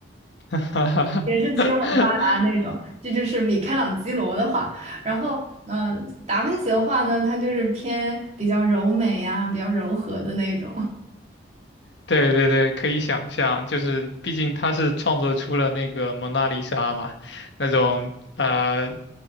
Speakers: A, on the left; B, on the right.
A: <laughs>
B: 也是肌肉很发达那种，这就是米开朗基罗的画。然后，嗯、达芬奇的画呢，它就是偏比较柔美呀、比较柔和的那种。
A: 对对对，可以想象，就是毕竟他是创作出了那个蒙娜丽莎嘛，那种呃，